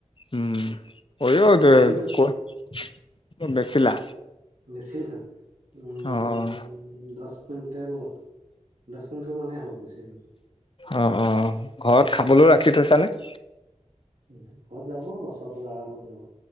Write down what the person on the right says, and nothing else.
বেচিলো
বেছিলো উম,
দছ কুইণ্টেল, দছ কুইণ্টেল মানেই হ'ব বেচিলো।
ঘৰত যাব বছৰটো আৰামত যাব।